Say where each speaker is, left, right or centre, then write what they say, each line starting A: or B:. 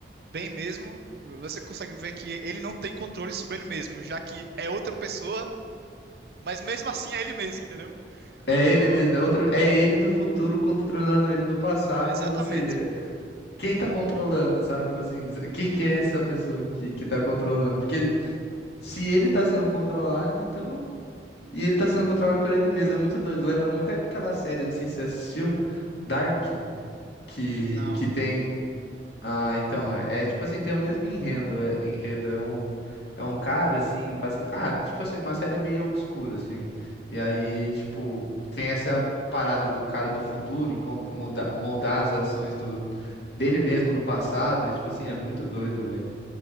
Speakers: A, on the right; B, on the left.
A: bem mesmo, você consegue ver que ele não tem controle sobre ele mesmo, já que é outra pessoa, mas mesmo assim é ele mesmo, entendeu?
B: É
A: Então,
B: ele mesmo. É outra, é ele do futuro controlando ele do passado.
A: exatamente.
B: e, Ou seja, quem tá controlando, sabe? Tipo assim, quem que é essa pessoa que, que tá controlando? Porque se ele tá sendo controlado, então. E ele tá sendo controlado por ele mesmo. É muito doido. Lembra muito aquela série, não sei se você assistiu, Dark, que,
A: Não.
B: que tem. Ah, então, é, é tipo assim, tem o mesmo enredo. É, enredo é um, é um cara, assim, basicamente. Ah, tipo assim, é uma série meio obscura, assim. E aí, tipo, tem essa parada do cara do futuro encont- molda- moldar as ações do, dele mesmo no passado. E, tipo assim, é muito doido, velho.